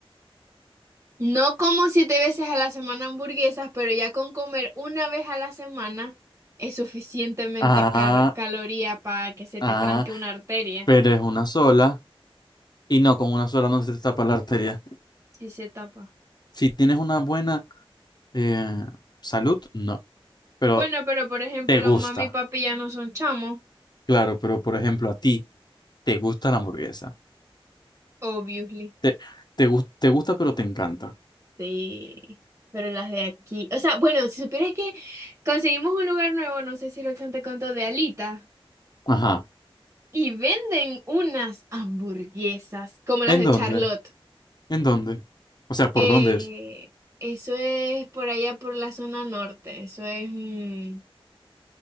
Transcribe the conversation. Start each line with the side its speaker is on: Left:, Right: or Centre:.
Right: No como siete veces a la semana hamburguesas, pero ya con comer una vez a la semana es suficientemente
Left: Ah,
Right: car- caloría para que se te
Left: ah,
Right: tranque una arteria.
Left: pero es una sola. Y no, con una sola no se te tapa la arteria.
Right: Sí se tapa.
Left: Si tienes una buena eh, salud, no. Pero
Right: Bueno, pero por ejemplo,
Left: te gusta.
Right: mami y papi ya no son chamos,
Left: Claro, pero por ejemplo, a ti te gusta la hamburguesa.
Right: obviously.
Left: Te, te, gus- te gusta, pero te encanta.
Right: Sí, pero las de aquí. O sea, bueno, si supieras que conseguimos un lugar nuevo, no sé si lo te contó, de Alita,
Left: Ajá.
Right: y venden unas hamburguesas como las
Left: ¿En
Right: de
Left: dónde?
Right: Charlotte.
Left: ¿En dónde? O sea, ¿por
Right: Eh,
Left: dónde es?
Right: eso es por allá por la zona norte, eso es mm,